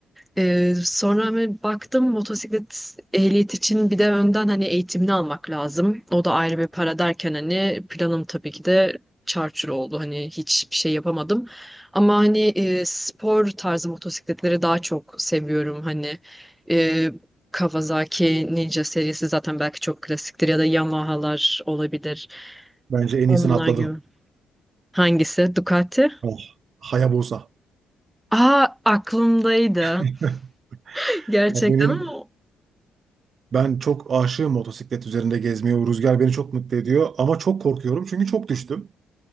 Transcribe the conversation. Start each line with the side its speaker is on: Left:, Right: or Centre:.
Centre: E, sonra hani baktım motosiklet ehliyet için bir de önden hani eğitimini almak lazım. O da ayrı bir para derken hani planım tabii ki de çarçur oldu. Hani hiçbir şey yapamadım. Ama hani e, spor tarzı motosikletleri daha çok seviyorum. Hani e, Kawasaki Ninja serisi zaten belki çok klasiktir ya da Yamaha'lar olabilir.
Right: Bence en
Centre: Onlar
Right: iyisini atladın.
Centre: gibi. Hangisi? Ducati?
Right: Oh, Hayabusa.
Centre: Aa aklımdaydı.
Right: <laughs>
Centre: <laughs> Gerçekten
Right: Ya benim
Centre: ama
Right: ben çok aşığım motosiklet üzerinde gezmeye. O rüzgar beni çok mutlu ediyor ama çok korkuyorum çünkü çok düştüm.